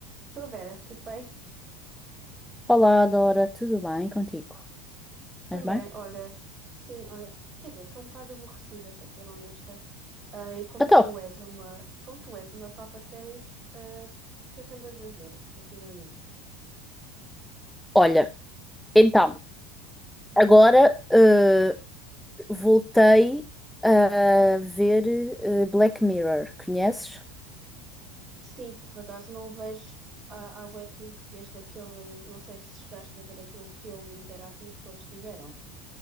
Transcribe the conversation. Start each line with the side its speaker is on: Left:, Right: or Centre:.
Right: Estou Vera, tudo bem?
Centre: Olá, Dora, tudo bem contigo? Estás
Right: Também,
Centre: bem?
Right: olha, sim, olha, quer dizer, estou um bocado aborrecida, para ser honesta. Ah, e como
Centre: Então,
Right: tu és uma, como tu és uma meu papa séries, ah, o que é que andas a ver ultimamente?
Centre: olha, então, agora eh, voltei a ver eh, Black Mirror, conheces?
Right: Sim, por acaso não o vejo há, há bué tempo, desde aquele, não sei se chegaste a ver aquele filme interativo que eles tiveram,